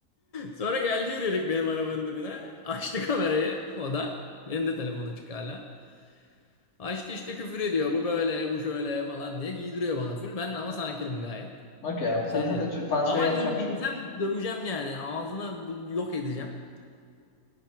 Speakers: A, on the left; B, on the left.
A: Sonra geldi yürüyerek benim arabanın dibine açtı kamerayı o da. Benim de telefon açık hala. Ha işte işte küfür ediyor. Bu böyle, bu şöyle falan diye giydiriyor bana full. Ben ama sakinim gayet.
B: Okey abi sen
A: Şey
B: zaten
A: yani.
B: şu tansiyon
A: Ama
B: yapacağım
A: in,
B: bir
A: insem
B: şey.
A: döveceğim yani. Ağzına bu- yok edeceğim.